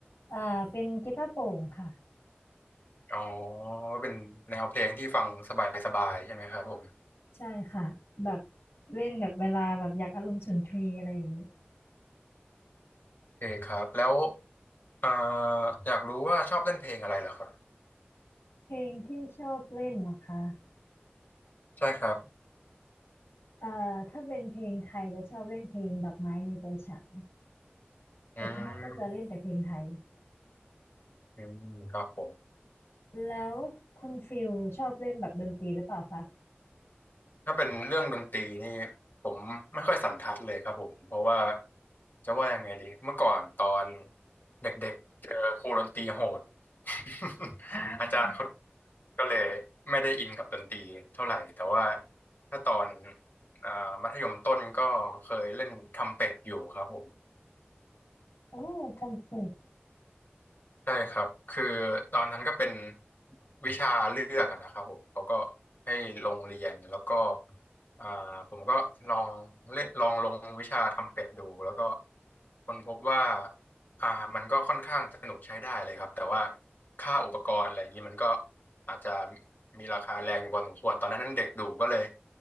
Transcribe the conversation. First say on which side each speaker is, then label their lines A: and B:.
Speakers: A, on the left (about 80°); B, on the left (about 55°).
A: อ่าเป็นกีตาร์โปร่งค่ะ
B: อ๋อเป็นแนวเพลงที่ฟังสบายๆใช่ไหมครับผม
A: ใช่ค่ะแบบเล่นแบบเวลาแบบอยากอารมณ์สุนทรีย์อะไรอย่างนี้
B: โอเคครับแล้วเอ่ออยากรู้ว่าชอบเล่นเพลงอะไรเหรอครับ
A: เพลงที่ชอบเล่นเหรอคะ
B: ใช่ครับ
A: เอ่อถ้าเป็นเพลงไทยจะชอบเล่นเพลงดอกไม้ในใจฉันแต่ส่วนมากก็จะเล่นแต่เพลงไทย
B: อืมอืมครับผม
A: แล้วคุณฟิลชอบเล่นแบบดนตรีหรือเปล่าคะ
B: ถ้าเป็นเรื่องดนตรีนี่ผมไม่ค่อยสันทัดเลยครับผมเพราะว่าจะว่ายังไงดีเมื่อก่อนตอนเด็กๆเจอครูดนตรีโหด <laughs>
A: อ่า
B: อาจารย์เขาก็เลยไม่ได้อินกับดนตรีเท่าไหร่แต่ว่าถ้าตอนอ่ามัธยมต้นก็เคยเล่นทำเป็ดอยู่ครับผม
A: โอ้ทำเสร็จ
B: ใช่ครับคือตอนนั้นก็เป็นวิชาเลือกอะนะครับผมเขาก็ให้ลงเรียนแล้วก็อ่าผมก็ลองเล่นลองลงวิชาทำเป็ดดูแล้วก็ค้นพบว่าอ่ามันก็ค่อนข้างสนุกใช้ได้เลยครับแต่ว่าค่าอุปกรณ์อะไรอย่างนี้มันก็อาจจะมีราคาแรงอยู่พอสมควรตอนนั้นเด็กดูก็เลย